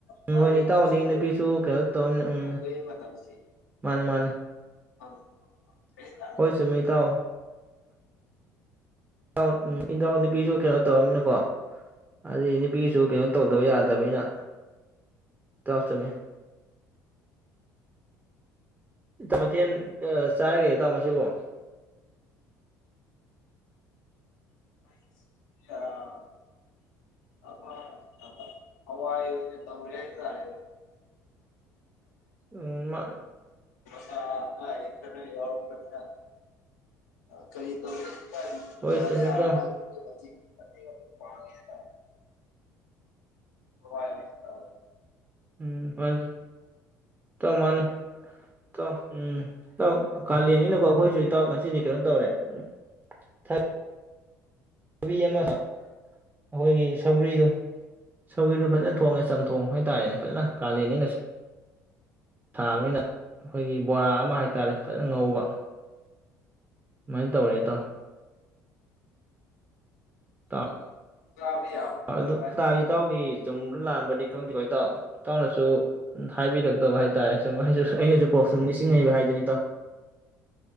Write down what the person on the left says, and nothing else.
ꯃꯥꯏ
ꯅꯨꯡꯁꯤꯕ
ꯇꯧꯕꯒꯤ ꯃꯇꯝꯁꯤ
ꯐꯪ ꯐꯪꯗ꯭ꯔꯦ ꯍꯥꯏꯇꯥꯔꯦ
<inaudible> ꯑ ꯑ ꯍꯋꯥꯏ ꯑꯣꯏꯅ ꯇꯧꯔꯦ ꯍꯥꯏ ꯇꯥꯔꯦ
ꯑ ꯈꯔ ꯌꯥꯎꯔꯞꯄꯅꯤꯅ ꯀꯔꯤ ꯇꯧ
ꯌꯥꯅ
ꯌꯥꯅꯕ
<unintelligible> <unintelligible> ꯍꯋꯥꯏ ꯑꯣꯏꯅ ꯇꯧꯔꯦ
<inaudible>
ꯌꯥꯕꯅꯤꯗ
ꯚꯥꯏ